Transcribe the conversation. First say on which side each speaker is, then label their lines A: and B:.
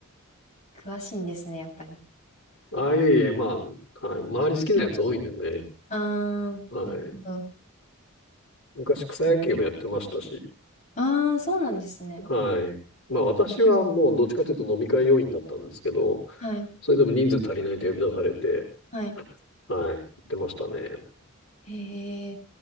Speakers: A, on the left (about 35°); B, on the left (about 70°).
A: 詳しいんですね、やっぱり。
B: ああ、いえいえ、まあ、はい。周り好きなやつ多いんでね。
A: ああ、
B: はい。
A: なるほど。
B: 昔草野球もやってましたし。
A: ああ、そうなんですね。
B: はい。まあ私はもうどっちかというと飲み会要員だったんですけど、
A: はい。
B: それでも人数足りないと呼び出されて、
A: はい。
B: はい、やってましたね。
A: へえ。